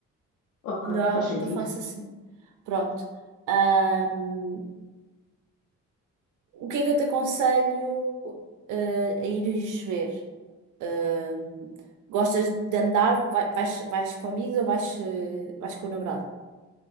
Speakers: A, on the left; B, on the right.
A: Ok,
B: Normalmente
A: faz sentido.
B: eu faço assim. Pronto. Ahm, o que é que eu te aconselho, eh, a ires ver? Ahm, gostas de andar? Vai- Vais, vais com amigos ou vais, eh, vais com o namorado?